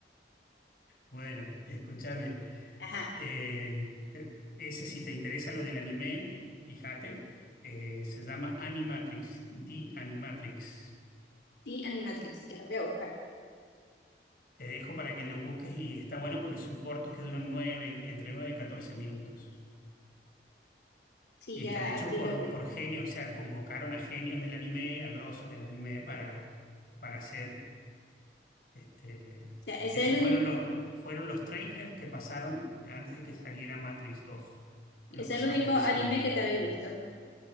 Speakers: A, on the left; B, on the left.
A: Bueno, escúchame.
B: Ajá,
A: eh, eh, ese, si te interesa lo del anime, fíjate, eh, se llama Animatrix, The Animatrix.
B: sí, Animatrix, ya lo voy a buscar.
A: Te dejo para que lo busques y está bueno porque son cortos que duran nueve, entre nueve y 14 minutos.
B: Sí,
A: Y
B: ya
A: están hechos
B: aquí
A: por,
B: lo vi.
A: por genios, o sea, convocaron a genios del anime, a grosos del anime para, para hacer este.
B: O sea, ese
A: Esos
B: es el único,
A: fueron los, fueron los trailers que pasaron antes de que saliera Matrix dos Los
B: es
A: pasaban
B: el único
A: en el
B: anime
A: cine.
B: que te había visto.